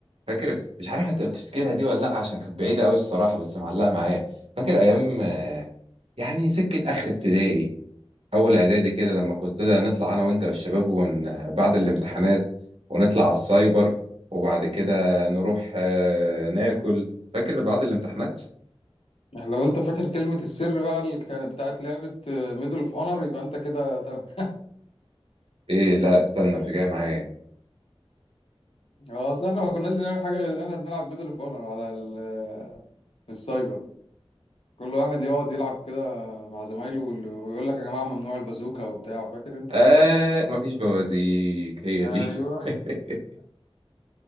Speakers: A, on the right; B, on the left.
A: فاكر مش عارف هت- تفتكرها دي ولا لا عشان كانت بعيده قوي الصراحه بس معلقه معايا فاكر ايام آه، يعني سكه اخر ابتدائي اول اعدادي كده لما كنت نطلع انا وانت والشباب ون... بعد الامتحانات ونطلع على السايبر وبعد كده نروح آه، ناكل فاكر بعد الامتحانات
B: يعني لو انت فاكر كلمة السر بقى اللي كانت بتاعت لعبة ميدل اوف اونر يبقى انت كده تمام
A: ايه لا استنى مش جاي معايا
B: <laughs> اه اصل احنا ما كناش بنعمل حاجة غير ان احنا بنلعب ميدل اوف اونر على ال آه، في السايبر كل واحد يقعد يلعب كده مع زمايله وال- ويقول لك يا جماعة ممنوع البازوكا وبتاع فاكر انت
A: آه مفيش بوازيك هي
B: ايوه
A: دي <laughs>